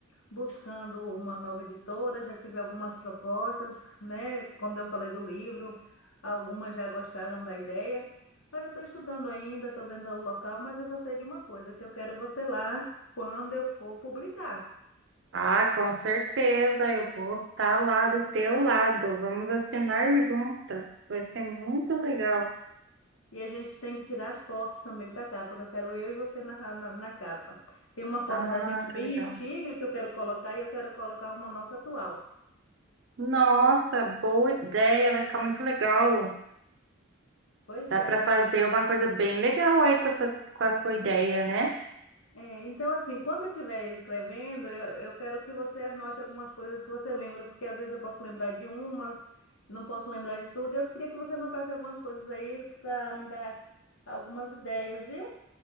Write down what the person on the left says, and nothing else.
buscando uma nova editora, já tive algumas propostas, né? Quando eu falei do livro, algumas já gostaram da ideia, mas eu estou estudando ainda, estou vendo o local, mas eu só sei de uma coisa, que eu quero você lá quando eu for publicar.
E a gente tem que tirar as fotos também para cá, porque eu quero eu e você na, na, na capa. Tem uma foto
da gente bem
antiga que eu quero colocar e eu quero colocar uma nossa atual.
Pois
é.
É, então, assim, quando eu estiver escrevendo, eu, eu quero que você anote algumas coisas que você lembra, porque às vezes eu posso lembrar de umas, não posso lembrar de tudo. Eu queria que você anotasse algumas coisas aí para me dar algumas ideias, viu?